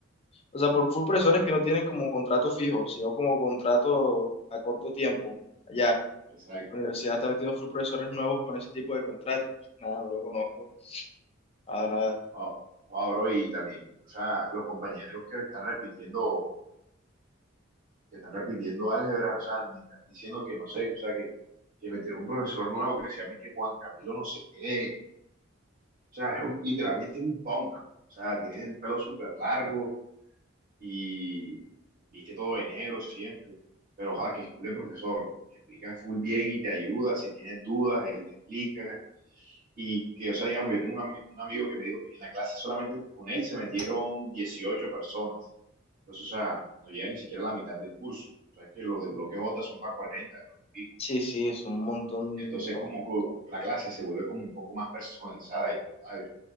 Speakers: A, on the left (about 30°); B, on the right (about 45°).
A: O sea, por full profesores que no tienen como contrato fijo, sino como contrato a corto tiempo. Allá,
B: exacto.
A: la universidad está metiendo full profesores nuevos con ese tipo de contrato. Pues, nada, no lo conozco. Nada, nada.
B: Wow, wow, bro, y también, o sea, los compañeros que están repitiendo que están repitiendo álgebra, o sea, me están diciendo que no sé, o sea, que, que metieron un profesor nuevo que se llama que Juan Camilo no sé qué, o sea, es un- literalmente es un punk, o sea, tiene el pelo súper largo y viste todo de negro siempre, pero joder, que es cool el profesor, que explica full bien y te ayuda, si tienes dudas, él te explica, y que, o sea, digamos, yo tengo un, ami- un amigo que me dijo que en la clase solamente con él se metieron 18 personas, entonces, o sea, no llega ni siquiera a la mitad del curso. O sea, es que los del bloque J son para 40 40 y pico.
A: Sí, sí, es un montón,
B: Entonces,
A: papu,
B: como
A: un
B: que
A: montón.
B: la clase se vuelve como un poco más personalizada y, ay,